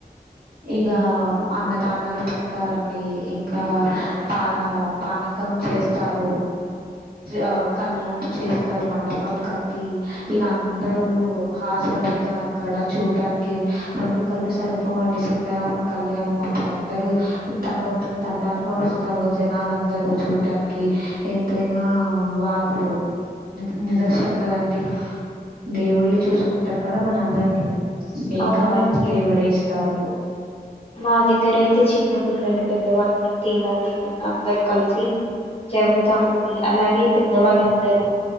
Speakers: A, on the right; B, on the left.
A: ఇక అన్నదానాలు పెడతారండి ఇంకా పా అ పానకం చేస్తారు, ఆ కళ్యాణం చేస్తారు, మండపం కట్టి ఇగ అందరూ హాజరువుతారు, అక్కడ చూడ్డానికి రెండు కళ్ళు సరిపోవండి. సీతారాముని కళ్యాణం అప్పుడు అందరు తండోప తండాలుగా వస్తారు జనాలు అందరు చూడ్డానికి ఎంతైనా వాళ్ళు ని నిదర్శం కదండి దేవుళ్లే చూసుకుటరు కద మన అందరిని ఏం
B: అవునండి
A: కావాలన్న దేవుడే ఇస్తారూ
B: మా దగ్గర అయితే చిన్న పిల్లలు, పెద్దవాళ్ళని తేడాలేకుండా అందరు కలిసి జరుపుతామండి అలాగే పెద్దవాళ్ళందరు